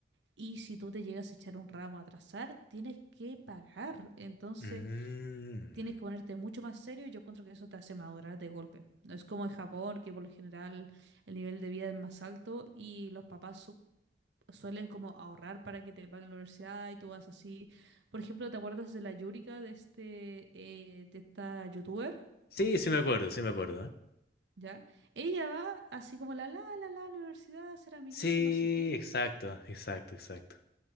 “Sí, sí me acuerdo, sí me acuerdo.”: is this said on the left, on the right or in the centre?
Left